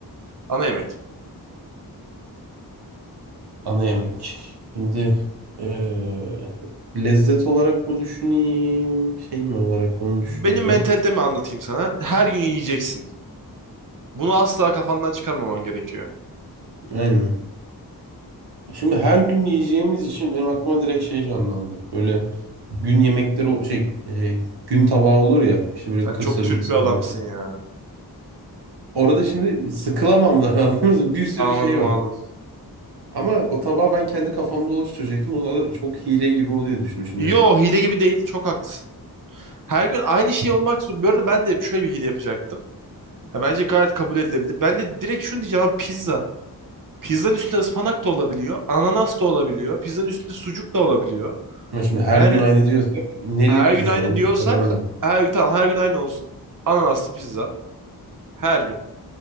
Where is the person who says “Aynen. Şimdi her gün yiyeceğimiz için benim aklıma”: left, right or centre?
Right